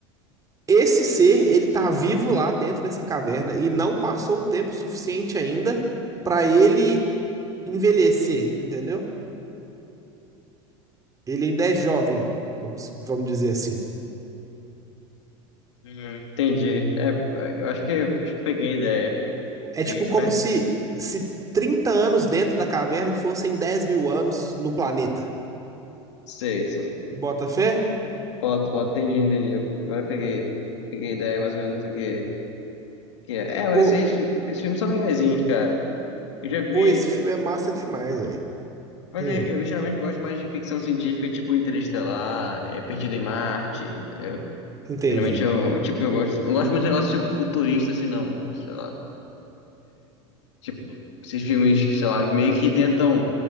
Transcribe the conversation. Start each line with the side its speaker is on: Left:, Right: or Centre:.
Right: esse ser, ele tá vivo lá dentro dessa caverna e não passou o tempo suficiente ainda para ele envelhecer, entendeu? Ele ainda é jovem, vamos, vamos dizer assim.
Left: Hum, entendi. É, eu acho que, acho que peguei a ideia.
Right: É
Left: Peguei,
Right: tipo como
Left: pé.
Right: se, se 30 anos dentro da caverna fossem 10 mil anos no planeta.
Left: Sei, sei.
Right: Bota fé?
Left: Foto, foto, entendi, entendi. Agora peguei, peguei a ideia mais ou menos do que, que é. É, mas
Right: Pô,
Left: esses, esses filmes são legaisinhos, cara. Eu já vi.
Right: Pô, esse filme é massa demais, velho.
Left: Mas
Right: Hum,
Left: eu, eu geralmente gosto mais de ficção científica, tipo Interestelar, é, Perdido em Marte, entendeu?
Right: entendi.
Left: Geralmente é o tipo que eu gosto. Eu gosto muito de negócio tipo, futurista, assim, não, sei lá. Tipo, esses filmes, que, sei lá, meio que tentam,